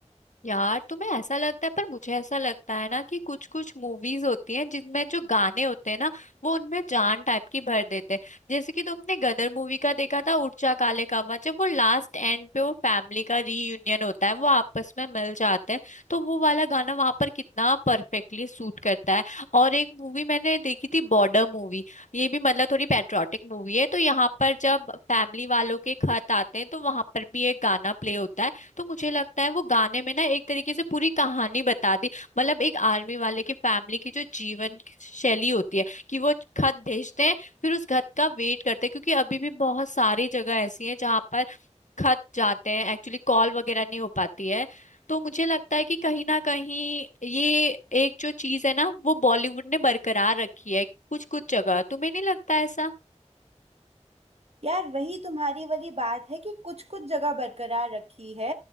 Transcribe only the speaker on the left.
यार तुम्हें ऐसा लगता है पर मुझे ऐसा लगता है ना कि कुछ कुछ मूवीज होती हैं जिनमें जो गाने होते हैं ना वो उनमें जान टाइप की भर देते हैं जैसे कि तुमने गदर मूवी का देखा था उड़चा काले कावा जब वो लास्ट एंड पे वो फैमिली का रीयूनियन होता है वो आपस में मिल जाते हैं तो वो वाला गाना वहां पर कितना परफेक्टली सूट करता है और एक मूवी मैंने देखी थी बॉर्डर मूवी ये भी मतलब थोड़ी पैट्रियोटिक मूवी है तो यहाँ पर जब फैमिली वालों के खत आते हैं तो वहां पर भी एक गाना प्ले होता है तो मुझे लगता है वो गाने में ना एक तरीके से पूरी कहानी बता दी मतलब एक आर्मी वाले की फैमिली की जो जीवन शैली होती है कि वो खत भेजते हैं फिर उस खत का वेट करते हैं क्योंकि अभी भी बहुत सारी जगह ऐसी हैं जहाँ पर खत जाते हैं एक्चुअली कॉल वगैरह नहीं हो पाती है तो मुझे लगता है कि कहीं ना कहीं ये एक जो चीज है ना वो बॉलीवुड ने बरकरार रखी है कुछ कुछ जगह तुम्हें नहीं लगता ऐसा